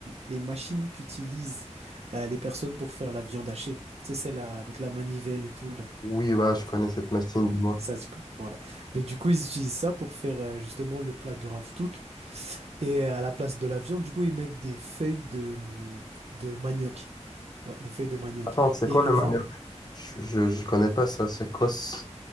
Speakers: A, on the right; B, on the left.
A: les machines qu'utilisent euh, les personnes pour faire la viande hachée. Tu sais, celle-là avec la manivelle et tout, là.
B: Oui, ouais, je connais cette machine,
A: Ouais,
B: dis-moi.
A: ça, c'est cool. ouais. Mais du coup, ils utilisent ça pour faire euh, justement le plat de ravitoto. Et à la place de la viande, du coup, ils mettent des feuilles de, hum, de manioc. Ouais, des feuilles de manioc.
B: Attends, c'est
A: Et
B: quoi
A: ils le
B: le
A: vendent.
B: manioc? Je, je, je connais pas ça, c'est quoi, ce-